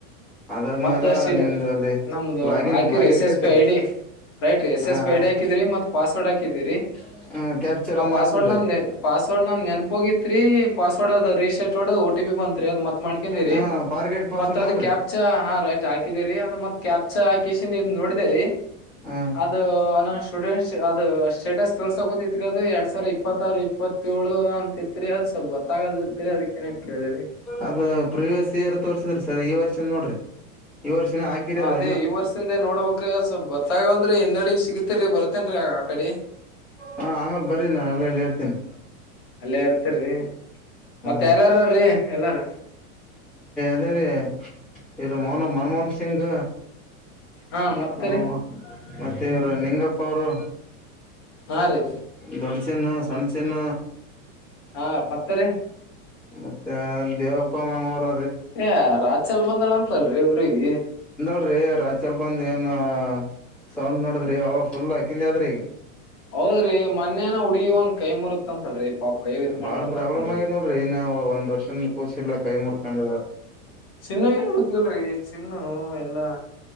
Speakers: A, in the centre; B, on the left.
A: ಅದಾದ್ಮೇಲೆ
B: ಮತ್ತಷ್ಟ
A: ನಿಮ್ದು ಅಲ್ಲಿ
B: ನಮ್ದು
A: ಲಾಗಿನ್
B: ಹಕ್ಯೂರ್
A: ಲಾಗಿನ್
B: ಎಸ್ ಎಸ್
A: ಕೇಳ್ತರಿ
B: ಪಿ ಐ ಡಿ ರೈಟ್ ರೀ ಎಸ್
A: ಹ
B: ಎಸ್ ಪೈಡ್ ಹಾಕಿದಿ್ರ ಮತ್ ಪಾಸ್ವರ್ಡ್ ಹಾಕಿದಿರಿ
A: ಹ ಕ್ಯಾಪ್ಚರ್
B: ಆ
A: ಒಂದ್
B: ಪಾಸ್ವರ್ಡ್
A: ಹಾಕ್ಬಿಡ್ರಿ
B: ನಂದ ಪಾಸ್ವರ್ಡ್ ನಂದ್ ನೆನಪ ಹೋಗಿತ್ರಿ ಪಾಸ್ವರ್ಡ್ ಅದ ರೀಸೆಟ್ ಬತ್ರಿ ಅದು ಮತ್ ಮಾಡ್ಕೊಂಡಿರಿ
A: ಹ ಫಾರ್ಗೆಟ್ ಪಾಸ್ವರ್ಡ್
B: ಮತ್ ಅದ
A: ಮಾಡ್ರಿ
B: ಕ್ಯಾಪ್ ರ ಹಾಕಿದೀರಿ ಅದ ಮತ್ ಕ್ಯಾ ಅ ಕೇಶನ್ ನೋಡಿದ ರರಿ
A: ಹ
B: ಅದು ನ ಸ್ಟೂಡೆಂಟ್ ಅದು ಸ್ಟೇಟಸ್ ತೋರ್ಸ ಕೂತಿತ್ರಿ ಅದ ಎರಡ್ ಸಾವಿರ ಇಪ್ಪತ್ತಾರು ಇಪ್ಪತ್ತಏಳು ಅಂತಿತ್ರಿ ಅದು ಸ್ವಲ್ ಗೊತ್ತಾಗಲ್ದತ್ರಿ ಅದ್ ಏನ ಕೇಳಿದರಿ
A: ಅದ ಪ್ರಿವಿಸ ಇರ ವರ್ಷದ್ರೀ ಸರ್ ಈ ವರ್ಷ ನೋಡ್ರಿ ಈ ವರ್ಷನ ಹಾಕಿರಿಲ್ಲ
B: ಅದೇ ಈ ವರ್ಷದಿಂದ ನೋಡ್ಬಬೇಕ್ರ ಸ್ವಲ್ಪ ಗೊತ್ತಾಗಲ್ರಿ ಹಿಂದೆಾಡಿ ಸಿಗತೇರಿ ಬರ್ತೇನ್ರೀ ಆ ಕಡೆ <inaudible>
A: ಹಾ ಆಮೇಲೆ ಬರಿ ನಾನ ಅಲ್ಲಲ್ಲಿ ಇರ್ತೇನಿ
B: ಅಲ್ಲೇ ಇರ್ತ್ರರಿ ಮತ್ತ
A: ರೀ
B: ಯಾರಾರ್ರೀ ಎಲ್ಲಾರ
A: ಅೇ ರೀ ಇರು ಮೋನ ಮನ್ಮೋಹನ್ ಸಿಂಗ್
B: ಹಾ ಮತ್ರಿ
A: ಹ ಮತ್ತೆ ಇವರು ನಿಂಗಪ್ಪ ಅವರು
B: ಹಾ ರೀ
A: ದೊಡ್ಚನ್ನು ಸಣಚನ್
B: ಹಾ ಮತ್ತರಿ
A: ಮತ್ತೆ ದೇವಪ್ಪ ಮಾಮ ಅವರ
B: ಏ ರಾತ್ಲ್ ಬಂದಾಳ ಅಂತಲ್ರರಿ ಊ್ರಗ
A: ನೋಡ್ರಿ ರಾಚಲ್ ಬಂದ್ ಏನ ಸೌಂಡ್ ನೋಡದ್ರಿ ಅವ ಫುಲ್ ಹಾಕಿಂದ ಆದದ್ರಿ ಈಗ
B: ಹೌದ್ರಿ ಮೊನೇನ ಹುಡುಗಿ ಒಂದ ಕೈ ಮುರುತ್ ಅಂತಲ್ರಿ ಪಾಪ್ ಕೈ ಇದ್ ಮಾಡ್ಕೊಂಡ್
A: ಬಾಳ ಪ್ರಾಬ್ಲಮ್
B: ಅಂತಲ್ರಿ
A: ಆಗಿದೆ್ ನೋಡ್ರಿ ಇನ್ ಒಂದ್ ವರ್ಷನ್ ಕೂಸಿಲ್ಲ ಕೈ ಮುರ್ಕೊಂಡ
B: ಚಿನ್ನ ಯಕ್ೇಳ್ರಿ ಚಿನ್ನು ಎಲ್ಲಾ